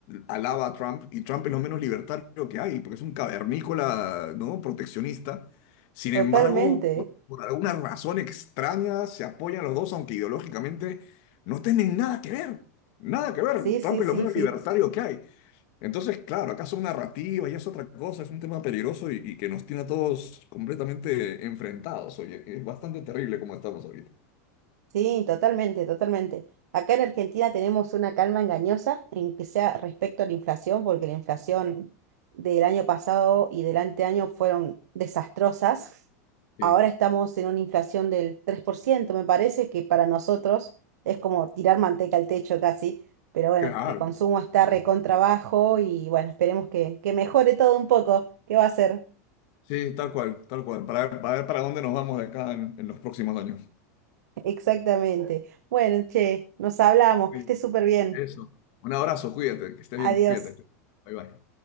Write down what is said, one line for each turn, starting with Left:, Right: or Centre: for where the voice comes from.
Left: alaba a Trump y Trump es lo menos libertario que hay, porque es un cavernícola, ¿no? Proteccionista. Sin
Right: Totalmente.
Left: embargo, por, por alguna razón extraña se apoyan los dos, aunque ideológicamente no tienen nada que ver. Nada que ver.
Right: Sí,
Left: Trump
Right: sí,
Left: es
Right: sí,
Left: lo menos
Right: sí.
Left: libertario que hay. Entonces, claro, acá son narrativas y es otra cosa, es un tema peligroso y, y que nos tiene a todos completamente enfrentados. Oye, es bastante terrible como estamos ahorita.
Right: Sí, totalmente, totalmente. Acá en Argentina tenemos una calma engañosa en que sea respecto a la inflación, porque la inflación del año pasado y del anteaño fueron desastrosas.
Left: Sí.
Right: Ahora estamos en una inflación del 3%, me parece que para nosotros es como tirar manteca al techo casi, pero bueno,
Left: Claro.
Right: el consumo está recontra
Left: claro.
Right: bajo y bueno, esperemos que, que mejore todo un poco. ¿Qué va a ser?
Left: Sí, tal cual, tal cual. Para, ver para ver para dónde nos vamos de acá en, en los próximos años.
Right: <laughs> Exactamente. Bueno, che, nos hablamos,
Left: Oye,
Right: que esté súper bien.
Left: eso. Un abrazo, cuídate, que estés bien,
Right: Adiós.
Left: cuídate. Bye bye.